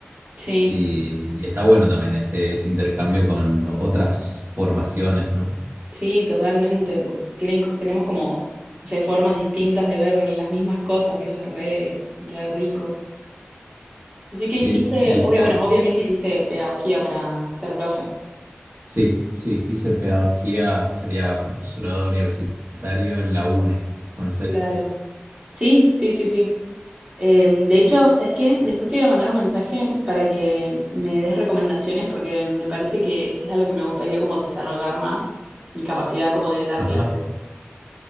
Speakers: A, on the right; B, on the right.
A: Sí.
B: Y, y está bueno también ese, ese intercambio con otras formaciones, ¿no?
A: Sí, totalmente, porque tienen, tenemos como, no sé, formas distintas de ver las mismas cosas y eso es re, re rico. Así que
B: Sí,
A: hiciste,
B: y
A: obvia, bueno,
B: al-
A: obviamente hiciste pedagogía para ser profe.
B: sí, sí, hice pedagogía, sería profesorado universitario en la UNE. ¿Conoces?
A: Claro. Sí, sí, sí, sí. Em, de hecho, ¿sabes qué? Después te voy a mandar un mensaje para que me des recomendaciones porque me parece que es algo que me gustaría como desarrollar más, mi capacidad como de dar
B: Ajá.
A: clases.